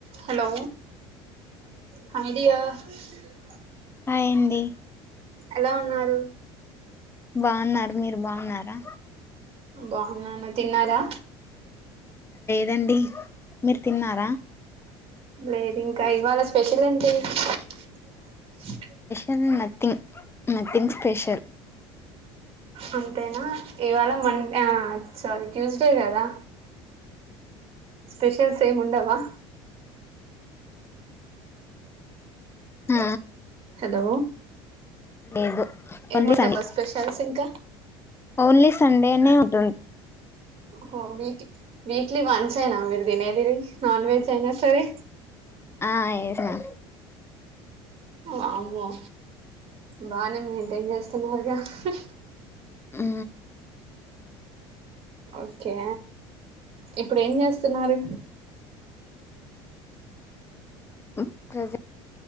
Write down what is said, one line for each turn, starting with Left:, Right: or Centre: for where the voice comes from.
Right: Hello హడియా అందే
Left: అయింది
Right: ఎలా ఉన్నారు
Left: బావున్నారు మీరు బావున్నారా
Right: బాగున్నాన్న తిన్నారా
Left: రండి మీరు తిన్నారా
Right: లేదు ఇంకా ఇవాళ స్పెషల్ ఏంటి okay
Left: in nothing nothing special
Right: అంతేనా ఇవాళ మండే ఆ సారీ ట్యూస్డే కదా స్పెషల్స్ ఏం ఉండవా
Left: ఆ
Right: హలో
Left: లేదు
Right: ఏముండబ్బా
Left: ఓన్లీ సండే
Right: స్పెషల్స్ ఇంకా
Left: ఓన్లీ సండేనే ఉంటు
Right: హో వీకి వీక్లీ వన్సైన మీరు దినేదిరి నాన్ వెజ్ అయినా సరే
Left: ఆ ఏస్నా
Right: వామ్మో బానే మెంటైన్ చేస్తు ఉన్నారు గా ఉ
Left: ఉ
Right: ఓకే ఇప్పుడు ఏం చేస్తున్నారు
Left: ఉ ప్రెజె